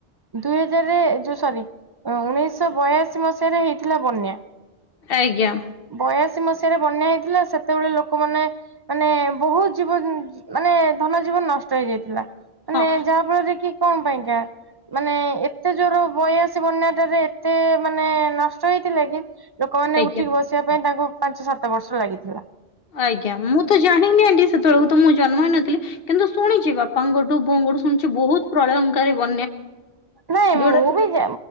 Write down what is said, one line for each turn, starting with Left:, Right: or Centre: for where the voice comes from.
Right: ଦୁଇ ହଜାରରେ ଯଉ ସରି ଉଣେଇଶହ ବୟାଅଶୀ ମସିହାରେ ହେଇଥିଲା ବନ୍ୟା।
Left: ଆଜ୍ଞା।
Right: ବୟାଶୀ ମସିହାରେ ବନ୍ୟା ହେଇଥିଲା ସେତେବେଳେ ଲୋକମାନେ ମାନେ ବହୁତ ଜୀବନ ମାନେ ଧନ ଜୀବନ ନଷ୍ଟ ହେଇଯାଇଥିଲା। ମାନେ
Left: ହଁ
Right: ଯାହା ଫଳରେ କି କଣ ପାଇଁକା ମାନେ ଏତେ ଜୋର ବୟାଅଶି ବନ୍ୟା ଏତେ ମାନେ ନଷ୍ଟ ହେଇଥିଲେ କି ଲୋକମାନୋନ
Left: ଆଜ୍ଞା
Right: ଉଠିକି ବସି ଉଠିବା ପାଇଁ ତାଙ୍କୁ ପାଞ୍ଚ ସାତ ବର୍ଷ ଲାଗିଥିଲା।
Left: ଆଜ୍ଞା ମୁଁ ତ ଜାଣିନି ଆଣ୍ଟି ସେତେବେଳକୁ ତ ମୁଁ ଜନ୍ମ ହେଇନଥିଲି କିନ୍ତୁ ଶୁଣିଚି ବାପାଙ୍କଠୁ ବୋଅଙ୍କଠୁ ଶୁଣିଚି ବହୁତ ପ୍ରଳୟଙ୍କାରେ ବନ୍ୟା
Right: ନାଇଁ
Left: ଯୋଉଟା
Right: ମୁଁ
Left: କି
Right: ବି ଯା